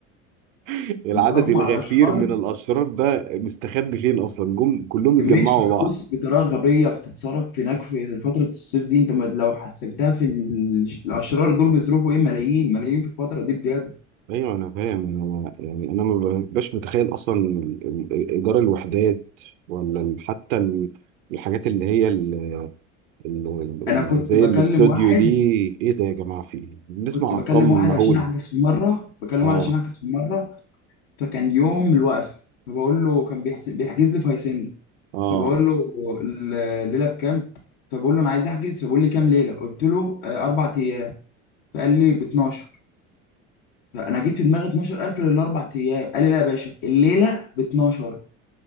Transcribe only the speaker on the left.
بروح
مع الاشرار
كميه
فلوس
بطريقه غبيه بتتصرف هناك في فتره الصيف دي انت ما- لو حسبتها في ال- الاشرار دول بيصرفوا ايه ملايين ملايين في الفتره دي بجد
انا
كنت
بكلم
واحد
كنت بكلم
واحد
عشان احجز في مره بكلم
واحد عشان احجز في مره فكان يوم الوقفه فبقول له كان بيحس... بيحجز لي في هاسيندا
فبقول له ال- الليله بكام فبقول له انا عايز احجز فبقول لي كام ليله قلت له آه، اربع ايام فقال لي ب 12 فانا جيت في دماغي 12000 للاربع ايام قال لي لا يا باشا الليله ب 12